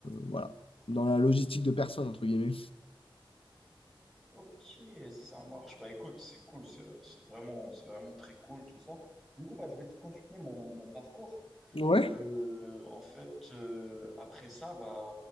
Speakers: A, on the left; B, in the centre.
A: voilà dans la logistique de personnes entre guillemets.
B: Ok, ça marche. Bah écoute, c'est cool, c'est c'est vraiment, c'est vraiment très cool tout ça. Du coup, bah, je vais te continuer mon, mon parcours.
A: Ouais.
B: Euh, en fait, euh, après ça, bah,